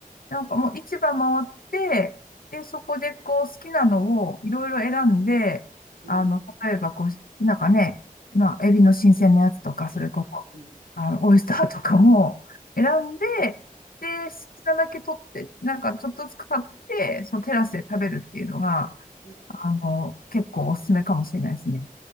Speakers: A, on the left; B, on the right.
A: なんかもう市場回って、で、そこでこう好きなのをいろいろ選んで、
B: え、
A: あの、例えばこう、なんかね、まあ、エビの新鮮なやつとか、
B: うん、
A: それこそ、
B: うん、うん、うん。
A: あの、オイスターとかも選んで、で、好きなだけ取って、なんかちょっとずつ買って、そのテラスで食べるっていうのが、
B: ええ、
A: あの、結構おすすめかもしれないですね。